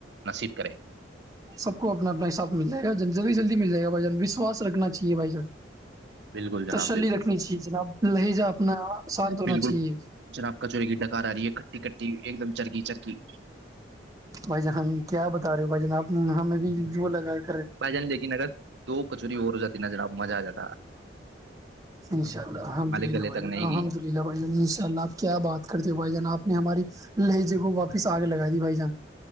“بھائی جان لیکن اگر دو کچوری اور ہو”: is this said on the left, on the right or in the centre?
Right